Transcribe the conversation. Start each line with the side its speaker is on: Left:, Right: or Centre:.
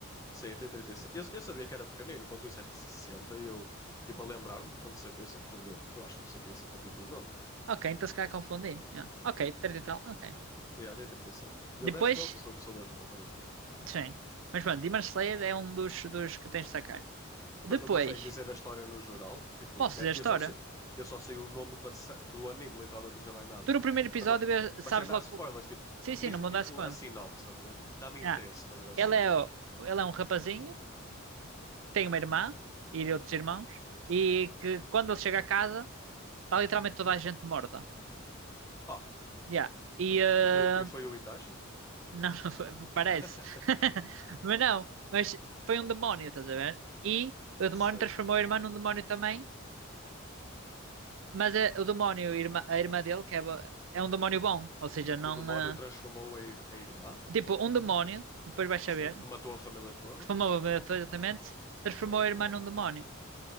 Left: Sim, tem 37. Eu, eu sabia que era pequenino, quando tu disseste 60, e eu, tipo, a lembrar-me de quando saquei assim, fogo, eu, eu acho que não saquei assim tanto episódio.
Right: Ok, então se calhar confundi. Yeah. Ok, treta e tal, ok.
Left: E yeah, tem 37. E sete. E
Right: Depois,
Left: o Death Note sou, sou mesmo capaz de ver.
Right: sim. Mas pronto, Demon Slayer é um dos, dos que tens de sacar. Depois,
Left: Mas não consegues dizer a história no geral? Tipo,
Right: posso
Left: eu
Right: dizer a história?
Left: eu só sei, eu só sei o nome da se- do anime, literalmente, não sei mais nada.
Right: Tu no primeiro episódio
Left: Mas, não-
Right: eh,
Left: mas
Right: sabes
Left: sem dar
Right: logo.
Left: spoilers, tipo,
Right: Sim, sim,
Left: diz-me
Right: não muda
Left: tipo
Right: a spoiler.
Left: a sinopse, estás a ver? Tipo, dá-me interesse
Right: Ah,
Left: para ver a série.
Right: ele é, o- ele é um rapazinho que tem uma irmã e outros irmãos e que quando ele chega a casa está literalmente toda a gente morta.
Left: Ah,
Right: Yeah. E eh,
Left: e foi, e foi o Itachi?
Right: não, <laughs> não foi, parece.
Left: <laughs>
Right: <laughs> Mas não, mas foi um demónio, estás a ver? E o
Left: Sim.
Right: demónio transformou a irmã num demónio também, mas eh, o demónio, a irmã, a irmã dele, que é, bo- é um demónio bom, ou seja, não.
Left: O demónio
Right: eh,
Left: transformou a, ir- a irmã?
Right: tipo, um demónio, depois vais saber,
Left: Sim. Que matou a família toda?
Right: transformou exatamente, transformou
Left: Sim.
Right: a irmã num demónio.